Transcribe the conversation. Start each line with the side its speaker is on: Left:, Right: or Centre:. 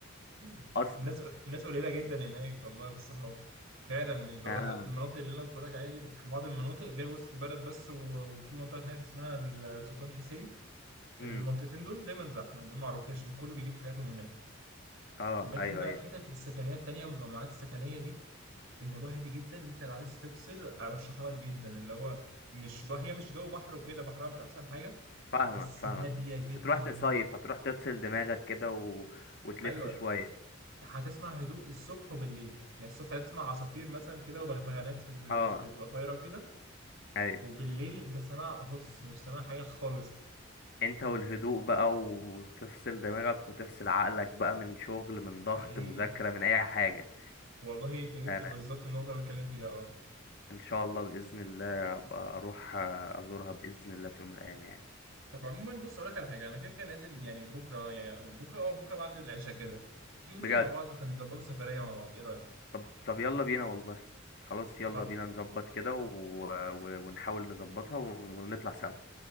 Right: <laughs>
Left: اصلا
Right: الناس الناس قليله جدا هناك والله بالصحاب فعلا مش بهزر
Left: اه
Right: في المناطق اللي انا كنت بقولك عليها دي اللي في بعض المناطق غير وسط البلد بس و- وفي منطقه هناك اسمها السلطان حسين المنطقتين
Left: امم
Right: دول دايما زحمه دول معروفين عشان كله بيجيب حاجاته من هناك
Left: اه
Right: لكن
Left: ايوه
Right: بقى
Left: ايوه
Right: الحتت السكنيه التانيه المجمعات السكنيه دي الموضوع هادي جدا انت لو عايز تفصل ارشحها لك جدا اللي هو مش بقى هي مش جو بحر وكده بحرها مش احسن حاجه
Left: فاهمك
Right: بس
Left: فاهمك
Right: هاديه
Left: مش
Right: جدا
Left: مش هتروح تصيف
Right: جدا
Left: هتروح تفصل دماغك كده و... وتلف
Right: ايوه
Left: شوية
Right: هتسمع هدوء الصبح وبالليل يعني الصبح هتسمع عصافير مثلا كده وبغبغانات في ال-
Left: اه
Right: بتبقى طايره وكده
Left: ايوه
Right: وبالليل انت سامع هص مش سامع حاجه خالص
Left: انت والهدوء بقى وتفصل دماغك وتفصل عقلك بقى من شغل من
Right: حقيقي
Left: ضغط مذاكرة من اي حاجة
Right: والله انت جبت
Left: لا لا
Right: بالظبط النقطه اللي بتكلم فيها اه
Left: ان شاء الله بإذن الله ابقى اروح ازورها بإذن الله في يوم من الايام يعني
Right: طب عموما بص اقول لك على حاجه انا كده كده نازل يعني بكره يعني أو بكره اه بكره بعد العشاء كده تيجي ننزل
Left: بجد
Right: مع بعض نخ- نظبطوا سفريه مع بعض ايه رايك
Left: طب طب يلا بينا والله خلاص يلا
Right: خل-
Left: بينا نظبط كده و... و... ونحاول نظبطها ونطلع سوا